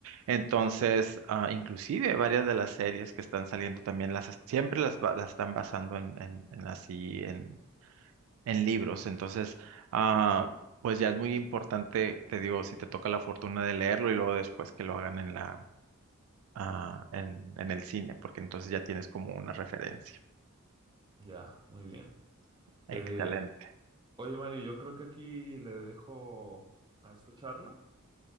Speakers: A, on the right (about 65°); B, on the right (about 20°).
A: Entonces, ah, inclusive varias de las series que están saliendo también las es- siempre las, ba- las están basando en, en- en así en, en libros. Entonces, ah, pues ya es muy importante, te digo, si te toca la fortuna de leerlo y luego después que lo hagan en la ah, en, en el cine, porque entonces ya tienes como una referencia.
B: Ya, muy bien.
A: Excelente.
B: Eh, Oye, Mario, yo creo que aquí le dejo a esta charla.